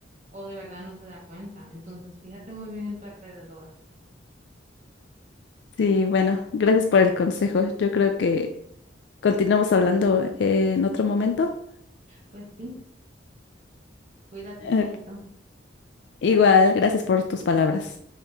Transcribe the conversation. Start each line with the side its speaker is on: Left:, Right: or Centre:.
Right: o de verdad no se da cuenta. Entonces, fíjate muy bien en tu alrededor.
Left: Sí, bueno, gracias por el consejo. Yo creo que Continuamos hablando eh, en otro momento.
Right: Pues sí, cuídate,
Left: Eh,
Right: Chaito.
Left: igual, gracias por tus palabras.